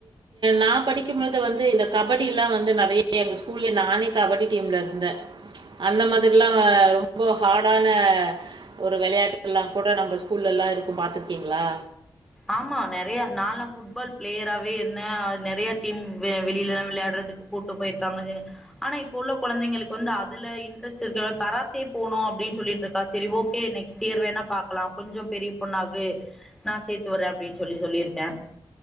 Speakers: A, on the right; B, in the centre.
A: நான் படிக்கும் போது வந்து இந்த க கபடிலாம் வந்து நிறைய எங்கள் ஸ்கூல்லயே நானே கபடி டீமில் இருந்தேன் அந்த மாதிரிலாம் ரொம்ப ஹார்டான ஒரு விளையாட்டு எல்லாம் கூட நம்ம புல் எல்லா இருக் பாத்துருக்கீங்களா
B: ஆமா நிறைய நால புட்பால் பிளேயராவே என்ன நிறைய டீம் வெளியில எல்லாம் விளையாடுறதுக்கு கூட்டு போயிருக்காங்கு ஆனா இப்ப உள்ள குழந்தைங்களுக்கு வந்து அதுல இன்ட்ரெஸ்ட் இருக்க கராத்தே போணும் அப்படின்னு சொல்லிட்டு இருக்கா சரி ஓகே நெக்ஸ்ட் இயர் வேணா பாக்கலாம் கொஞ்சம் பெரிய பொண்ணாகு சேர்த்து வறேன் அப்படின்னு சொல்லி சொல்லியிருக்கே